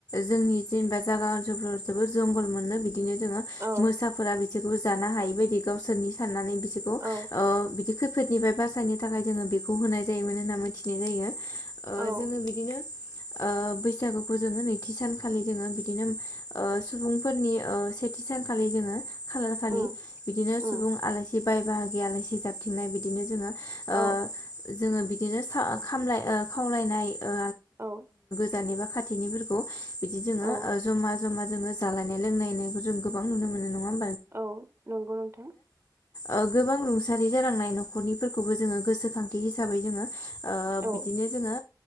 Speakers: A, on the left; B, on the right.
A: जोंनि जेनेबा जागा ओनसोलफोराव जोबोर जंगल मोननो बि बिदिनो जोङो
B: औ
A: मोसाफोरा बिसोरखौ जानो हायै बायदि गावसोरनि साननानै बि बेखौ ओ
B: औ
A: बिदि खैफोदनिफ्राय बासायनो थाखाय जोङो बेखौ होनाय जायोमोन होनना मिथिनाय जायो। ओ
B: औ
A: जोङो बिदिनो ओ बैसागुखौ जोङो नैथि सानखालि जोङो बिदिनो ओ सुबुंफोरनि ऐ सेथि सानखालि जोङो खालार खालि
B: उम
A: बिदिनो सुबुं
B: उम
A: आलासि बाय बाहागि आलासि जाबथिंनाय बिदिनो जोङो ओ
B: औ
A: जोङो बिदिनो खा खामलाय ओ खावलायनाय ओ
B: औ।
A: दानिबा खाथिनि फोरखौ बिदि जोङो
B: औ
A: ओ जमा-जमा जोङो जालायनाय लोंलानायखो जों गोबां नुनो मोनो नङा होम
B: औ नंगौ नोंथां।
A: ओ गोबां रुंसारि जालांनाय न'खरनिफोरखौबो जोङो गोसोखांथि हिसाबै जोङो ओ
B: औ
A: बिदिनो जोङो